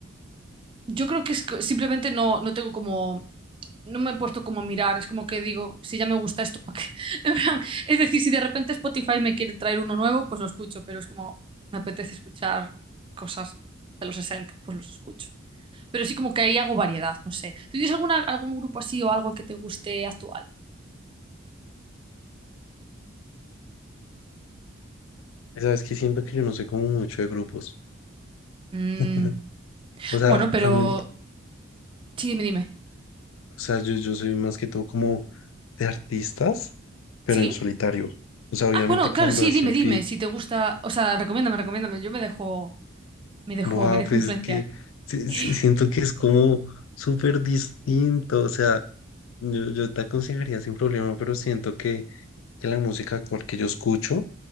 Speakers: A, on the right (about 25°); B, on the left (about 80°).
A: Yo creo que es co- simplemente no, no tengo como, no me he puesto como a mirar, es como que digo, si ya me gusta esto, ¿para qué? <laughs> En plan, es decir, si de repente Spotify me quiere traer uno nuevo, pues lo escucho, pero es como, me apetece escuchar cosas de los 60 pues los escucho. Pero sí como que ahí hago variedad, no sé. ¿Tú tienes alguna, algún grupo así o algo que te guste actual?
B: Y Sabes que siento que yo no sé como mucho de grupos.
A: Mm,
B: <laughs> O sea,
A: bueno, pero...
B: a mí,
A: Sí, dime, dime.
B: o sea, yo, yo soy más que todo como de artistas, pero
A: ¿Sí?
B: en solitario. O sea, obviamente
A: Ah, bueno,
B: cuando
A: claro, sí,
B: hacen
A: dime, dime.
B: feat,
A: Si te gusta, o sea, recomiéndame, recomiéndame. Yo me dejo, me dejo,
B: wow,
A: me dejo
B: pues
A: influenciar.
B: es que sí-
A: <laughs>
B: sí siento que es como súper distinto. O sea, yo, yo te aconsejaría sin problema, pero siento que, que la música actual que yo escucho